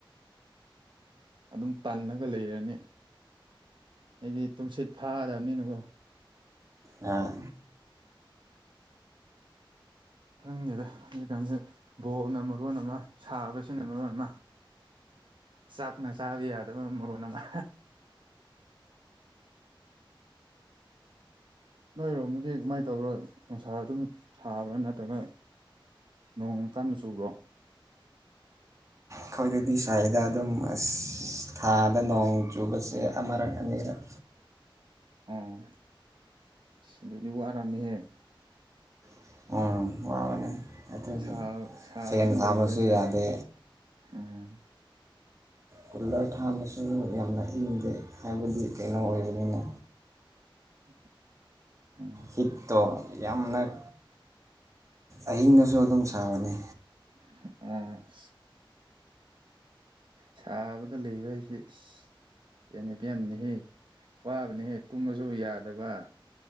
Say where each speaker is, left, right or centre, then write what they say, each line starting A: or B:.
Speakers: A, on the right (about 60°); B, on the right (about 35°).
A: ꯑꯗꯨꯝ ꯇꯜꯂꯒ ꯂꯩꯔꯅꯤ ꯑꯩꯗꯤ ꯇꯨꯝꯁꯤꯠ ꯐꯥꯗꯝꯅꯤꯅꯀꯣ
B: ꯑꯥ
A: ꯈꯪꯗꯔꯦ ꯍꯧꯖꯤꯛ ꯀꯥꯟꯁ‌ꯦ ꯕꯣꯟꯅ ꯃꯔꯣꯟ ꯑꯃꯥ ꯁꯥꯕꯁꯤꯅ ꯃꯔꯣꯟ ꯑꯃꯥ ꯆꯥꯛꯅ ꯆꯥꯕ ꯌꯥꯗꯕ ꯃꯔ‌ꯣꯟ ꯑꯃꯥ ꯅꯣꯏꯔꯣꯝꯗꯤ ꯒꯃꯥꯏ ꯇꯧꯕ꯭ꯔꯣ ꯅꯨꯡꯁꯥ ꯑꯗꯨꯝ ꯁꯥꯕ꯭ꯔꯥ ꯅꯠꯇ꯭ꯔꯒ ꯅꯣꯡ ꯀꯟꯅ ꯆꯨꯕ꯭ꯔꯣ
B: ꯈꯪꯗꯗꯤ ꯁꯥꯏꯌ‌ꯦꯗ ꯑꯗꯨꯝ ꯑꯁ ꯊꯥꯗ ꯅꯣꯡ ꯆꯨꯕꯁꯦ ꯑꯃꯥꯔꯛ ꯑꯅꯤꯔꯛ
A: ꯎꯝ ꯑꯗꯨꯗꯤ ꯋꯥꯔꯝ ꯅꯤꯍꯦ
B: <unintelligible> ꯋꯥꯕꯅꯦ ꯑꯗꯨꯗꯤ
A: ꯁꯥ ꯁꯥꯕꯗ
B: ꯐ‌ꯦꯟ ꯊꯥꯕꯁꯨ
A: ꯂꯩꯕ ꯍꯥꯏꯁꯦ
B: ꯌꯥꯗꯦ
A: ꯎꯝ
B: ꯀꯨꯂꯔ ꯊꯥꯕꯁꯨ ꯌꯥꯝꯅ ꯏꯪꯗꯦ ꯍꯥꯏꯕꯗꯤ ꯀꯩꯅꯣ ꯑꯣꯏꯕꯅꯤꯅ
A: <inaudible> ꯎꯝ
B: ꯍꯤꯠꯇꯣ ꯌꯥꯝꯅꯛ ꯑꯍꯤꯡꯅꯁꯨ ꯑꯗꯨꯝ ꯁꯥꯕꯅꯤ
A: <unintelligible> ꯁꯥꯕꯗ ꯂꯩꯕ ꯍꯥꯏꯁꯦ ꯑꯁ ꯌꯥꯅꯕꯤ ꯌꯥꯝꯅꯍꯦ ꯋꯥꯕꯅꯤꯍꯦ ꯇꯨꯝꯃꯖꯨ ꯌꯥꯗꯕ